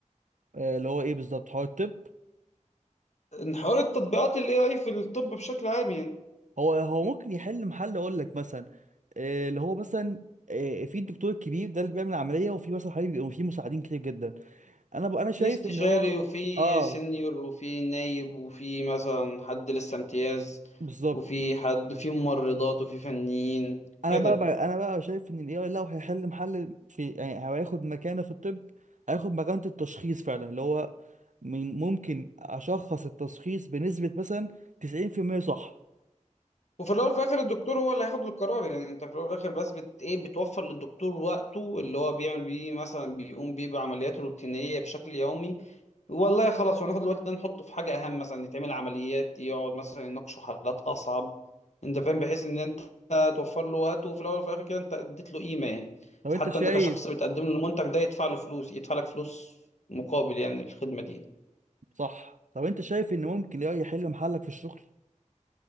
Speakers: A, on the right; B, on the left.
A: آه، اللي هو ايه بالظبط هو الطب
B: إن حوار التطبيقات ال AI في الطب بشكل عام يعني
A: هو هو ممكن يحل محل اقول لك مثلا آه، اللي هو مثلا آه، في الدكتور الكبير ده اللي بيعمل العمليه وفي مثلا حبيبي بيبقوا في مساعدين كتير جدا انا بقى انا شايف
B: في استشاري
A: ان هو
B: وفي
A: اه
B: سينيور وفي نايب وفي مثلا حد لسه امتياز
A: بالظبط
B: وفي حد في ممرضات وفي فنيين
A: انا
B: كده
A: بقى, بقى انا بقى شايف ان الاي اي لو هيحل محل في يعني هو هياخد مكانه في الطب هياخد مكانه التشخيص فعلا اللي هو من- ممكن اشخص التشخيص بنسبه مثلا 90% صح
B: وفي الاول وفي الاخر الدكتور هو اللي هياخد القرار يعني انت في الاول وفي الاخر بس بت ايه بتوفر للدكتور وقته اللي هو بيعمل بيه مثلا بيقوم بيه بعمليات روتينيه بشكل يومي والله خلاص هناخد الوقت ده نحطه في حاجه اهم مثلا يتعمل عمليات يقعد مثلا يناقشوا حالات اصعب انت فاهم بحيث ان انت توفر له وقته وفي الاول وفي الاخر كده انت اديت له قيمه يعني
A: طب
B: فحتى
A: انت شايف
B: انت كشخص بتقدم له المنتج ده يدفع له فلوس يدفع لك فلوس مقابل يعني الخدمه دي
A: صح طب انت شايف ان ممكن الاي اي يحل محلك في الشغل